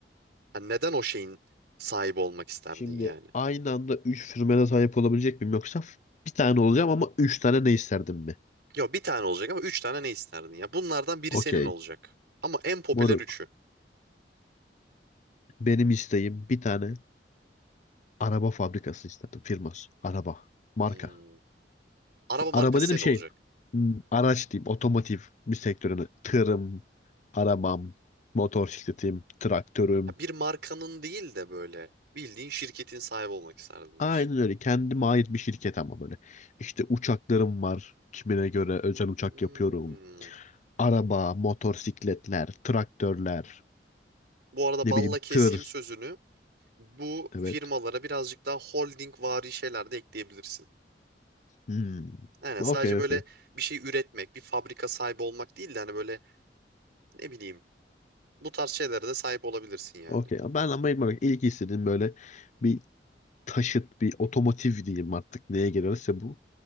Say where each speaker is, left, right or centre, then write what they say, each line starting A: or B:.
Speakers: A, on the right; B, on the left.
A: Yani neden o şeyin sahibi olmak isterdin
B: Şimdi
A: yani?
B: aynı anda üç sürmene sahip olabilecek miyim yoksa bir tane olacağım ama üç tane ne isterdim mi?
A: Yok bir tane olacak ama üç tane ne isterdin ya? Bunlardan biri
B: Okey.
A: senin olacak. Ama en popüler
B: Moruk.
A: üçü.
B: Benim isteğim bir tane araba fabrikası isterdim. Firması. Araba. Marka.
A: Hmm, Araba markası
B: Araba dedim
A: senin
B: şey
A: olacak.
B: hmm, araç diyeyim otomotiv bir sektörüne tırım, arabam, motor sikletim, traktörüm.
A: Ha, bir markanın değil de böyle bildiğin şirketin sahibi olmak isterdim diyorsun.
B: Aynen öyle kendime ait bir şirket ama böyle. İşte uçaklarım var kimine göre özel uçak
A: Hmm.
B: yapıyorum. Araba, motorsikletler, traktörler,
A: Bu arada
B: ne
A: balla
B: bileyim
A: keseyim
B: tır.
A: sözünü. Bu
B: Evet.
A: firmalara birazcık daha holding vari şeyler de ekleyebilirsin.
B: Hmm.
A: Yani
B: Okey
A: sadece böyle
B: okey.
A: bir şey üretmek, bir fabrika sahibi olmak değil de hani böyle ne bileyim bu tarz şeylere de sahip olabilirsin yani.
B: Okey. Ben ama bak, ilk istediğim böyle bir taşıt, bir otomotiv diyeyim artık neye gelirse bu.